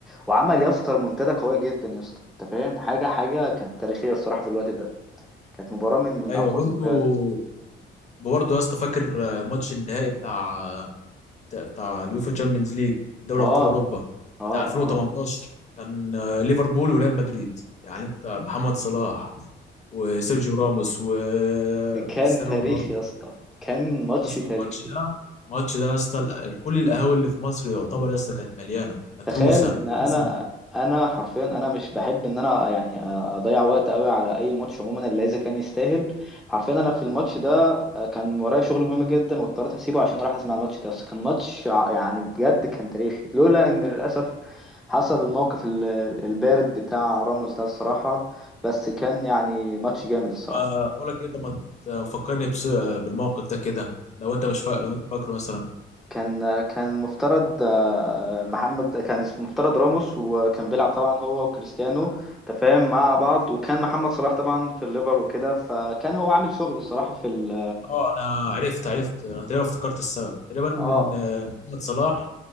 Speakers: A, in the centre; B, on the left.
A: وعمل يا اسطى منتدى قويه جدا يا اسطى انت فاهم حاجه حاجه كانت تاريخيه الصراحه في الوقت ده كانت مباراه من من
B: ايوه
A: اقوى
B: برضو
A: المباريات
B: برضو يا اسطى فاكر آه، ماتش النهائي بتاع بتاع بتاع اليوفا تشامبيونز ليج دوري
A: اه
B: ابطال اوروبا
A: اه
B: بتاع 2018
A: اه
B: كان آه، ليفربول وريال مدريد يعني انت محمد صلاح وسيرجيو راموس وكريستيانو
A: دي كان تاريخ
B: رونالدو
A: يا اسطى كان ماتش
B: اسطى
A: تاريخي
B: الماتش ده الماتش ده يا اسطى ال- ال- كل القهاوي اللي في مصر يعتبر يا اسطى كانت مليانه متروسه
A: تخيل ان
B: متروسه
A: انا انا حرفيا انا مش بحب ان انا يعني اضيع وقت قوي على اي ماتش عموما الا اذا كان يستاهل حرفيا انا في الماتش ده آه، كان ورايا شغل مهم جدا واضطريت اسيبه عشان اروح اسمع الماتش ده بس كان ماتش ع- يعني بجد كان تاريخي لولا ان للاسف حصل الموقف ال- البارد بتاع راموس ده الصراحة بس كان يعني ماتش جامد الصراحة
B: طب بقول لك ايه طب ما ت- فكرني بس- بالموقف ده كده لو انت مش فا... لو انت فاكره مثلا
A: كان كان مفترض آه، محمد كان اسمه مفترض راموس وكان بيلعب طبعا هو وكريستيانو تفاهم مع بعض وكان محمد صلاح طبعا في الليفر وكده فكان هو عامل شغل الصراحة في ال
B: اه انا عرفت عرفت انا تقريبا افتكرت السبب تقريبا ان
A: اه
B: آه، محمد صلاح